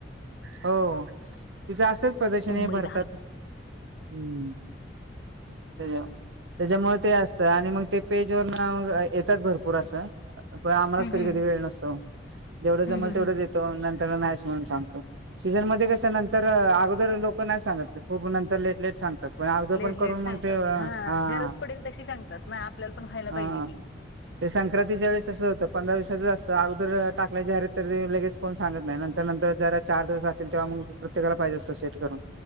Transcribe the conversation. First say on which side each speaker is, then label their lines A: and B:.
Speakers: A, on the right (about 80°); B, on the left (about 65°).
A: हो तिचं असतच प्रदर्शन
B: मुंबईत
A: हे भरतात
B: हा
A: हम्म त्या त्याच्यामुळे ते असतं आणि मग ते पेज वर ना येतात भरपूर असं पण आम्हालाच
B: हम्
A: कधी
B: हम्
A: कधी वेळ नसतो जेवढं जमलं
B: हम् हम्
A: तेवढंच
B: हम
A: देतो पण सांगतो सीझन मग कसं नंतर अगोदर लोक नाही सांगत खूप नंतर लेट लेट सांगतात पण अगदं
B: लेट
A: पण करून
B: लेट सांगतात
A: मग ते हा
B: गरज पडेल तशी सांगतात ना आपल्याला पण व्हायला
A: हा
B: पाहिजे की
A: ते संक्रांतीच्या वेळेस तसं हों पंधरा वीस अगोदर टाकलं जाहीरात लगेच कोण सांगत नाही नंतर नंतर जरा चार दिवस जातील तेव्हा मग प्रत्येकाला पाहिजे अस सेट करून,